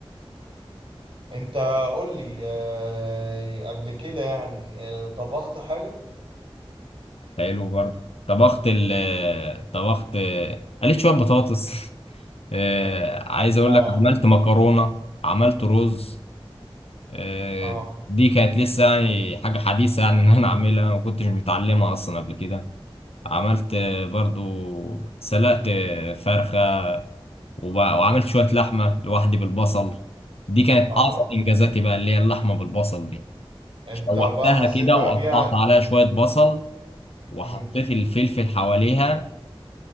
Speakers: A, on the right; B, on the left.
A: انت قول لي آه، قبل كده يعني آه، طبخت حاجه
B: حلو برضه طبخت ال طبخت قليت شوية بطاطس <laughs> آه، عايز أقول
A: اه
B: لك عملت مكرونة عملت رز آه،
A: اه
B: دي كانت لسه يعني حاجة حديثة يعني <laughs> إن أنا أعملها ما كنتش متعلمها أصلا قبل كده عملت آه، برضو سلقت آه، فرخة وب- وعملت شوية لحمة لوحدي بالبصل دي كانت
A: اه
B: أعظم إنجازاتي بقى اللي هي اللحمة بالبصل دي
A: انت
B: شوحتها
A: بقى حسيت
B: كده
A: بعديها
B: وقطعت عليها شوية بصل وحطيت
A: امم
B: الفلفل حواليها